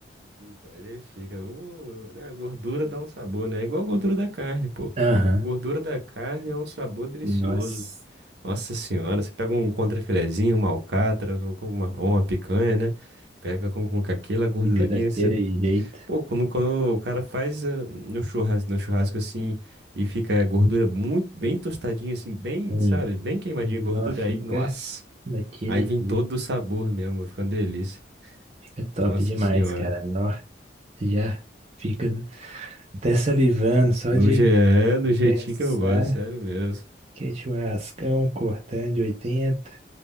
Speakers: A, on the right; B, on the right.
A: Fica, mas ele fica. Uh, né, a gordura dá um sabor, né? É igual a gordura da carne, pô.
B: Aham.
A: Gordura da carne é um sabor delicioso.
B: Nossa,
A: Nossa senhora, você pega um contrafilezinho, uma alcatra, com com uma, ou uma picanha, né? Pega com, com aquela gordurinha,
B: fica daquele jeito.
A: Pô, quando, quando o cara faz eh, no churrasco, no churrasco assim e fica a gordura muito bem tostadinha assim, bem,
B: Sim.
A: sabe, bem queimadinha
B: Nossa,
A: a gordura
B: fica
A: aí, nossa.
B: daquele
A: Aí vem
B: jeito.
A: todo o sabor mesmo, fica uma delícia.
B: Fica top
A: Nossa
B: demais,
A: senhora.
B: cara. Nossa, já fica até salivando só
A: No
B: de
A: je- é, do
B: de
A: jeitinho
B: pensar
A: que eu gosto, sério mesmo.
B: que é churrascão cortando de 80.